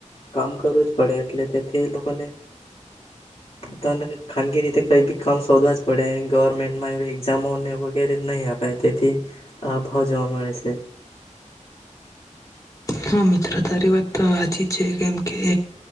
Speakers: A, on the left; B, on the left.
A: કામ કરવું જ પડે એટલે. તે લોકોને. તને. ખાનગી રીતે કઈ બી કામ શોધવા જ પડે ગવર્મેન્ટ. એઝામોને વગેરે નહી અપાય તેથી. આ ભાવ જોવા મળે છે.
B: હા મિત્ર તારી વાત તો હાચી જ છે કેમ કે